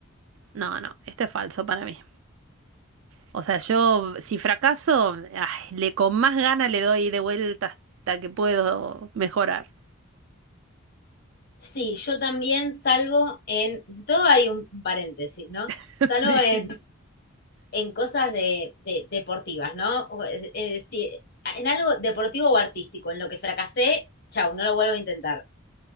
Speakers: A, on the right; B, on the left.
A: No, no, este es falso para mí. O sea, yo si fracaso, ay, le con más ganas le doy de vuelta hasta que puedo mejorar.
B: Sí, yo también salvo en, todo hay un paréntesis, ¿no?
A: <laughs>
B: Salvo
A: Sí.
B: en, en cosas de, de- deportivas, ¿no? O, eh, eh, si- en algo deportivo o artístico, en lo que fracasé, chau, no lo vuelvo a intentar,